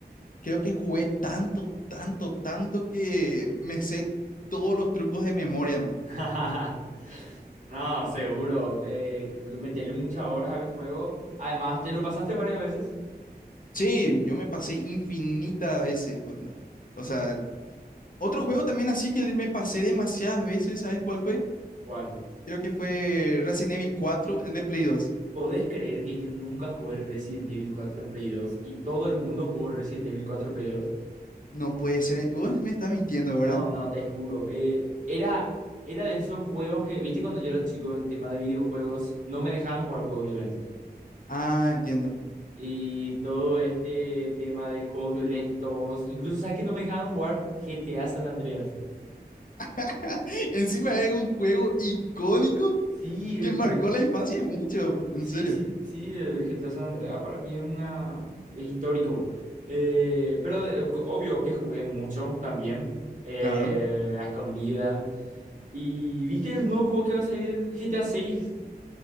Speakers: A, on the left; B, on the right.
A: creo que jugué tanto, tanto, tanto que me sé todos los trucos de memoria, man.
B: <laughs> No, seguro. Eh, meterle muchas horas al juego. Además, ¿te lo pasaste varias veces?
A: Sí, yo me pasé infinitas veces, boludo. O sea, Otro juego también así que me pasé demasiadas veces, ¿sabes cuál fue?
B: ¿Cuál?
A: Creo que fue Resident Evil 4 en de Play 2.
B: ¿Podés creer que yo nunca jugué Resident Evil cuatro en Play dos y todo el mundo jugó Resident Evil cuatro en Play dos?
A: No puede ser. Vos me estás mintiendo,
B: No,
A: ¿verdad?
B: no, te juro. eh, era, era de esos juegos que, viste, cuando yo era chico en el tema de videojuegos, no me dejaban jugar juegos violentos.
A: Ah, entiendo.
B: Y todo este tema de juegos violentos, incluso, ¿sabes que no me dejaban jugar GTA San Andreas?
A: <laughs> Encima es un juego icónico
B: Sí,
A: que
B: el
A: marcó
B: me-
A: la infancia de mucho, en
B: sí,
A: serio.
B: sí, sí, el GTA San Andreas para mí es una es histórico. Eh, pero de- obvio que jugué mucho también, eh,
A: Claro.
B: a escondidas. ¿Y viste el nuevo juego que va a salir, el GTA seis